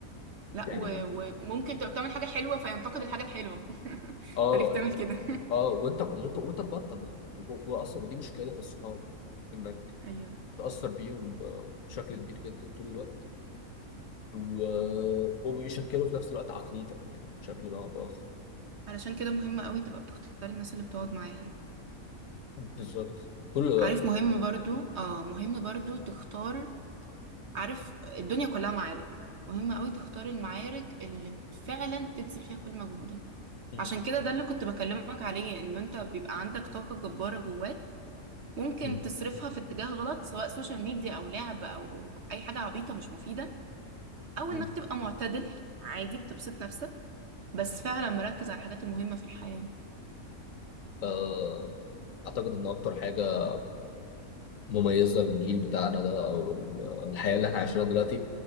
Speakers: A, on the right; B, on the left.
A: لا
B: يعني
A: و- وممكن تبقى بتعمل حاجه حلوه فينتقد الحاجه الحلوه <laughs>
B: اه
A: انت ليه بتعمل
B: يعني
A: كده
B: اه وانت وانت وانت تبطل واصلا دي مشكله الصحاب انك
A: <laughs> ايوه
B: تاثر بيهم ب- بشكل كبير جدا طول الوقت و... وبيشكلوا في نفس الوقت عقليتك بشكل ما او باخر
A: علشان كده مهم قوي تبقى بتختار الناس اللي بتقعد معاها
B: بالظبط كله
A: عارف مهم برضو اه مهم برضو تختار عارف الدنيا كلها معارك مهم قوي تختار المعارك اللي فعلا تبذل فيها كل مجهودك
B: مم.
A: عشان كده ده اللي كنت بكلمك عليه ان انت بيبقى عندك طاقة جبارة جواك ممكن
B: مم.
A: تصرفها في اتجاه غلط سواء سوشيال ميديا او لعب او اي حاجة عبيطة مش مفيدة او
B: مم.
A: انك تبقى معتدل عادي بتبسط نفسك بس فعلا مركز على الحاجات المهمة في الحياة
B: آه، اعتقد ان اكتر حاجه مميزه للجيل بتاعنا ده او ال- الحياه اللي احنا عايشينها دلوقتي